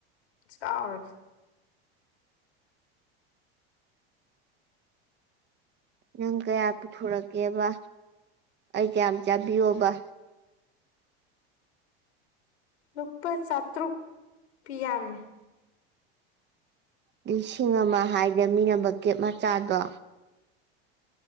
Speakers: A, on the left; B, on the right.
A: ꯁꯇꯥꯔ
B: ꯅꯪ ꯀꯌꯥ ꯄꯨꯊꯣꯔꯛꯀꯦꯕ ꯑꯩ ꯀꯌꯥꯝ ꯆꯥꯕꯤꯌꯣꯕ
A: ꯂꯨꯄꯥ ꯆꯥꯇ꯭ꯔꯨꯛ ꯄꯤ ꯌꯥꯝꯕꯅꯦ
B: ꯂꯤꯁꯤꯡ ꯑꯃ ꯍꯥꯏꯗꯃꯤꯅꯕ ꯀꯦꯞ ꯃꯆꯥꯗꯣ